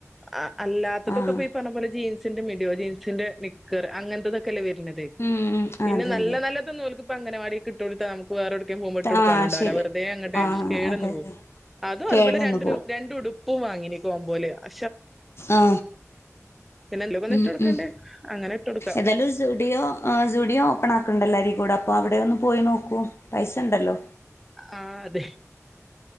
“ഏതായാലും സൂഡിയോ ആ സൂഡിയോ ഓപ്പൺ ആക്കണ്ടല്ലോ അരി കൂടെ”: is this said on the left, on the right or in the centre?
Left